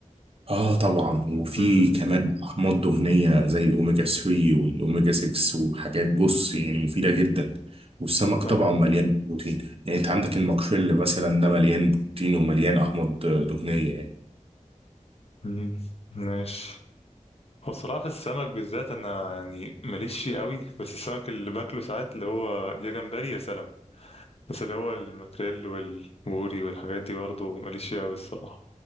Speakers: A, on the right; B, on the left.
A: اه طبعا وفي
B: امم
A: كمان احماض دهنيه زي الاوميجا 3 والاوميجا 6 وحاجات بص يعني مفيده جدا والسمك
B: ايوه
A: طبعا مليان بروتين يعني انت عندك الماكريل مثلا ده مليان بروتين ومليان احماض دهنيه يعني
B: امم ماشي هو الصراحة في السمك بالذات أنا يعني ماليش فيه قوي بس السمك اللي باكله ساعات اللي هو يا جمبري يا سلمون بس اللي هو الماكريل والبوري والحاجات دي برضه ماليش فيه قوي الصراحة